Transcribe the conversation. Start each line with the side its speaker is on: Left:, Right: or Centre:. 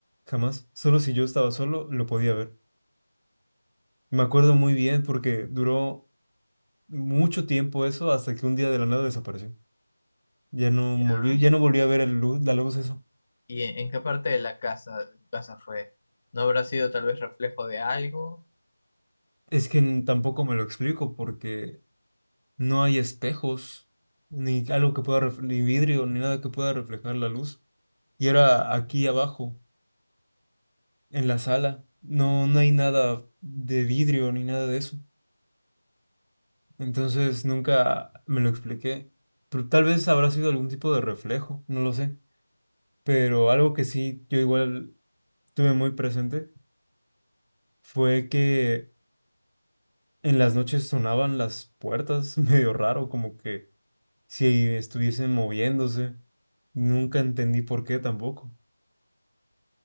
Right: jamás. Solo si yo estaba solo lo podía ver. Me acuerdo muy bien porque duró mucho tiempo eso hasta que un día de la nada desapareció. Ya no
Left: ya.
Right: volví, ya no volví a ver el luz, la luz eso.
Left: ¿Y en, en qué parte de la casa, de tu casa fue? ¿No habrá sido tal vez reflejo de algo?
Right: Es que n- tampoco me lo explico porque No hay espejos, ni algo que pueda, ref- ni vidrio, ni nada que pueda reflejar la luz. Y era aquí abajo, en la sala. No, no hay nada de vidrio ni nada de eso. Entonces nunca me lo expliqué. Pero tal vez habrá sido algún tipo de reflejo, no lo sé. Pero algo que sí yo igual tuve muy presente fue que en las noches sonaban las puertas <laughs> medio raro, como que si estuviesen moviéndose. Nunca entendí por qué tampoco.